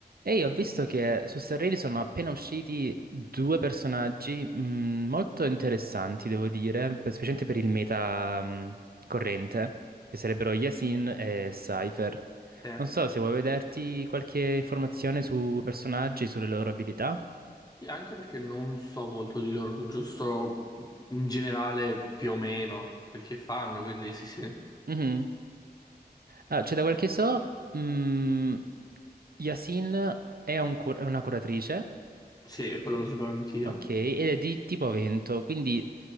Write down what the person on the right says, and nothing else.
Ehi, ho visto che su Starrelli sono appena usciti due personaggi mh, molto interessanti, devo dire, per- specialmente per il meta mh, corrente, che sarebbero Yasin e Cypher.
Non so se vuoi vederti qualche informazione sui personaggi, sulle loro abilità.
Mhm. Ah, cioè, da quel che so, mh, Yasin è un cur- è una curatrice
Ok, ed è di tipo vento, quindi